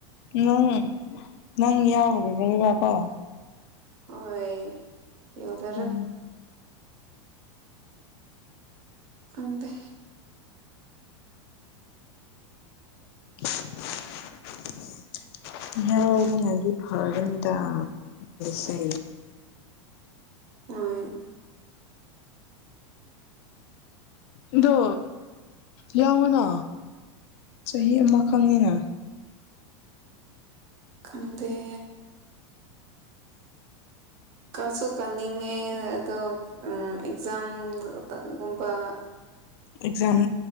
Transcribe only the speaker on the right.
ꯍꯣꯏ ꯌꯎꯗꯔ
ꯈꯪꯗꯦ
ꯍ
ꯀꯗꯦ ꯀꯁꯨ ꯀꯅꯤꯡꯉ ꯑꯣ ꯑꯦꯛꯖꯥꯝꯒꯕ